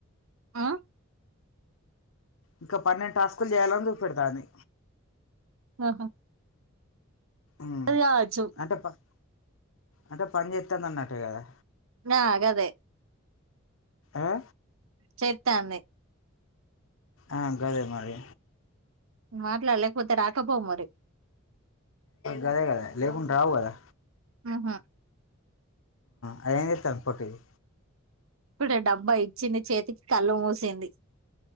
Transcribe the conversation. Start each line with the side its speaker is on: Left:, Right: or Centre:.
Right: ఆ
Left: ఇంక పన్నెండు టాస్క్ స్కుకులు చేయాలని చూపెడతాంది.
Right: ఆహా
Left: మ్మ్
Right: అది కావచ్చు
Left: అంటే పడ్ అంటే పని చేత్తాంది. అన్నట్టు గాదా
Right: ఆ గదే
Left: ఆ
Right: చేత్తాంది.
Left: ఆ గదే మరి
Right: మాట్లాడు లేకపోతే రాకపోవు మరి
Left: గదే కదా లేకుంటే రావు కదా
Right: ఆ హ
Left: ఆది ఏం చేత్తాంది. పొట్టిది
Right: ఇప్పుడే డబ్బా ఇచ్చింది చేతికి కళ్ళు మూసింది.